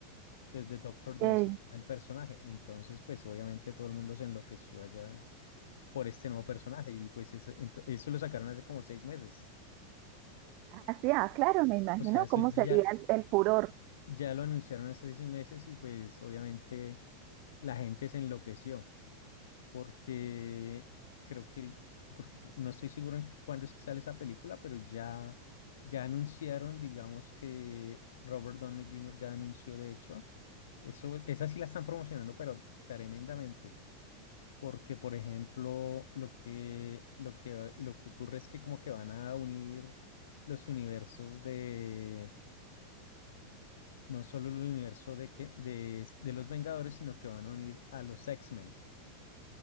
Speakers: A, on the left (about 70°); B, on the right (about 50°).
A: desde Doctor Doom
B: ok.
A: se llama el personaje. Entonces, pues obviamente todo el mundo se enloqueció allá por este nuevo personaje y pues eso, ento- eso lo sacaron hace como seis meses.
B: Ah, sí, ah, claro, me imagino
A: O sea, eso
B: cómo
A: ya,
B: sería el, el furor.
A: ya lo anunciaron hace seis meses y pues obviamente la gente se enloqueció. porque creo que, el- porque cre- no estoy seguro en qué- cuándo es que sale esa película, pero ya, ya anunciaron, digamos que Robert Downey Jr. ya anunció, de hecho, eso, esa sí la están promocionando, pero tremendamente. Porque, por ejemplo, lo que, lo que, lo que ocurre es que como que van a unir los universos de, no solo el universo de, que, de, de los Vengadores, sino que van a unir a los X-Men.